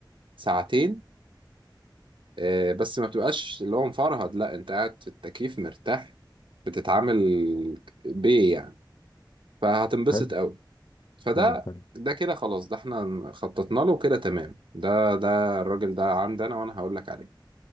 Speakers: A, on the right (about 80°); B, on the left (about 55°).
A: ساعتين آه، بس ما بتبقاش اللي هو مفرهد لا انت قاعد في التكييف مرتاح بتتعامل بيه يعني فهتنبسط
B: حلو
A: قوي فده
B: حلو حلو
A: ده كده خلاص ده احنا خططنا له كده تمام ده ده الراجل ده عندي انا وانا هقول لك عليه